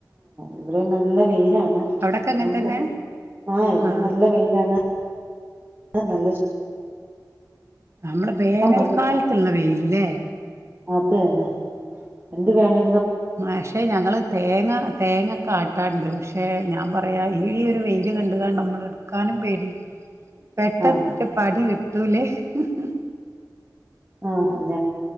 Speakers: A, on the right; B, on the right.
A: ഇവിടെയും നല്ല വെയിലാണ്
B: അവിടൊക്കെ അങ്ങനെ
A: <unintelligible>
B: തന്നെ
A: ആ ഇവിടെ
B: ആഹ്
A: നല്ല വെയിലാണ് ആ നല്ല ചൂ
B: നമ്മള വേനൽക്കാലത്തുള്ള
A: പറ്റും
B: വെയില് ല്ലേ
A: അത് തന്നെ എന്ത് വേണേ
B: പക്ഷെ ഞങ്ങള് തേങ്ങ തേങ്ങക്കെ ആട്ടാണ്ട് പക്ഷേ ഞാൻ പറയാ ഈ ഒരു വെയില് കണ്ടുക നമ്മള് എടുക്കാനും പേടി പെട്ടത്തിട്ട
A: ആ
B: പടി കെട്ട് ട്ടൂല്ലേ <unintelligible>
A: ആ ഞ